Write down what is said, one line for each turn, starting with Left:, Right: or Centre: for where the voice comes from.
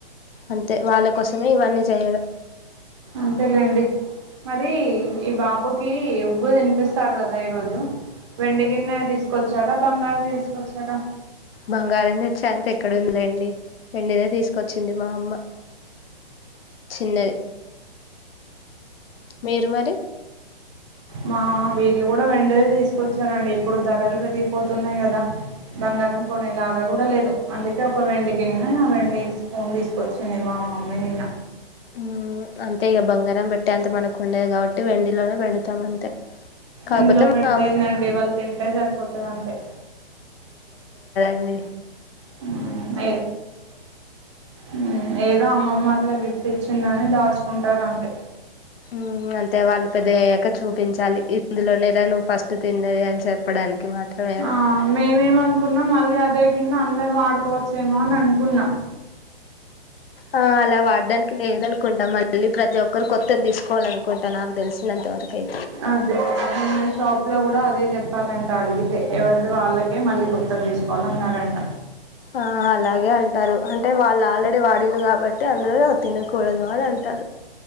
Left: అంతే, వాళ్ళ కోసమే ఇవన్నీ చేయడం.
Right: అంతేలేండి మరి ఈ బాబుకి ఉగ్గు తినిపిస్తారు కదా, ఈరోజు. వెండి గిన్నె తీసుకొచ్చారా, బంగారు ది తీసుకొచ్చారా,
Left: బంగారం తేచ్చేంత ఎక్కడ ఉందిలేండి. వెండిదే తీసుకొచ్చింది మా అమ్మ. చిన్నది, మీరు మరి
Right: మా వీళ్ళు కూడా వెండిదే తీసుకొచ్చారండి. ఇప్పుడు ధరలు పెరిగిపోతున్నాయి కదా. బంగారం కొనేలాగా కూడా లేదు, అందుకే ఒక వెండి గిన్నె ఆ వెండి స్పూన్ తీసుకొచ్చింది. మా మా మమ్మీ నిన్న
Left: మ్... అంతే ఇక బంగారం పెట్టే అంత మనకు ఉండేది, కాబట్టి వెండిలోనే పెడతాం అంతే. కాకపోతే
Right: ఎందులో
Left: మా
Right: పెడితే ఎందండి వాళ్ళు తింటే సరిపోతది అంతే
Left: అన్ని
Right: మ్.. ఏ.. మ్.... ఏదో అమ్మమ్మ అట్లా గిఫ్ తెచ్చిందని దాచుకుంటారు అంతే
Left: ఉమ్ అంతే వాళ్ళు పెద్ద అయ్యాక చూపించాలి. ఇందులోనే రా నువ్ తిన్నది అని చెప్పడానికి మాత్రమే అది
Right: ఆ మేమేం అనుకున్నాం మళ్ళీ అదే గిన్న, అందర ఆడుకోవచ్చేమో అని అనుకున్నాం.
Left: ఆ అలా వాడ్డానికి లేద అనుకుంటా, మళ్ళీ ప్రతి ఒక్కరు కొత్తది తీసుకోవాలనుకుంటా, నాకు తెలిసినంతవరకైతే,
Right: అదే అదే నిన్న షాప్ లో కూడా అదే చెప్పారంట అడిగితే ఎవరిది వాళ్ళకే మళ్ళీ కొ త్తది తీసుకోవాలన్నారంట
Left: ఆ అలాగే అంటారు, అంటే వాళ్ళు ఆల్రెడీ వాడిలు కాబట్టి, అందులో తినకూడదు అని అంటారు.